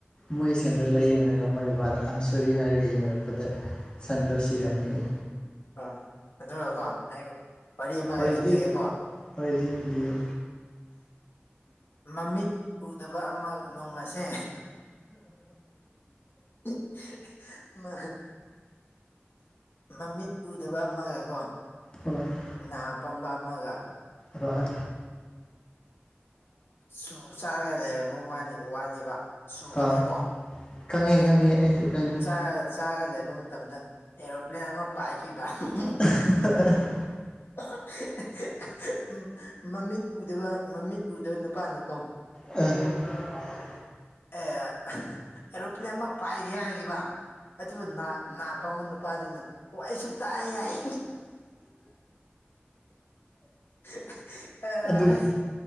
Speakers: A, on the left; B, on the left.
A: ꯃꯣꯏ ꯁꯟꯗ ꯂꯥꯏꯌꯦꯡꯉꯒ ꯃꯣꯏ ꯕꯕꯥꯗ ꯑꯝ ꯁꯣꯔꯤ ꯍꯥꯏꯔꯒ ꯌꯦꯡꯉꯔꯛꯄꯗ ꯁꯟꯗꯣ ꯁꯤꯔꯝꯃꯦꯌꯦ
B: ꯑꯥ ꯑꯗꯨꯒ ꯀꯣ ꯑꯩ ꯋꯥꯔꯤ ꯑꯃꯒ
A: ꯍꯣꯏ
B: ꯂꯤ ꯂꯤꯕꯤꯒꯦꯀꯣ
A: ꯂꯤꯔꯣ ꯍꯣꯏ ꯂꯤꯕꯨꯗꯤ ꯂꯤꯌꯣ
B: ꯃꯃꯤꯠ ꯎꯗꯕ ꯑꯃ ꯅꯣꯡꯃꯁꯦ <unintelligible> ꯃꯥ ꯃꯃꯤꯠ ꯎꯗꯕ ꯑꯃꯒꯀꯣ
A: ꯎꯝ
B: ꯅꯥ ꯄꯪꯕ ꯑꯃꯒ
A: ꯍꯣꯏ
B: ꯆꯨ ꯆꯥꯔꯒ ꯂꯩꯔꯝꯃꯧ ꯃꯥꯅꯤ ꯋꯥꯅꯦꯕ ꯆꯨ
A: ꯍꯣꯏ
B: ꯈꯪꯉꯦꯀꯣ
A: ꯈꯪꯉꯦ
B: ꯑꯖ
A: ꯈꯪꯉꯦ ꯑꯩꯁꯨ ꯈꯪꯉꯦ
B: ꯆꯥ ꯆꯥꯒ ꯂꯩꯕ ꯃꯇꯝꯗ ꯑꯦꯔꯣꯄ꯭ꯂꯦꯟ ꯑꯃ ꯄꯥꯏꯈꯤꯕ <unintelligible>
A: <unintelligible>
B: <unintelligible> ꯃꯃꯤꯠ ꯎꯗꯕ ꯃꯃꯤꯠ ꯎꯗꯕ ꯅꯨꯄꯥꯅꯀꯣ
A: ꯎꯝ <inaudible> <unintelligible>
B: ꯑꯦ <unintelligible> ꯑꯦꯔꯣꯄ꯭ꯂꯦꯟ ꯑꯃ ꯄꯥꯏꯒꯤ ꯍꯥꯏꯒꯤꯕ ꯑꯗꯨꯅꯥ ꯅꯥ ꯄꯪꯕ ꯅꯨꯄꯥꯗꯨꯅ ꯑꯣ ꯑꯩꯁꯨ ꯇꯥꯏꯌꯦ ꯍꯥꯏ <unintelligible> ꯑꯥ
A: ꯑꯗꯨꯒꯤ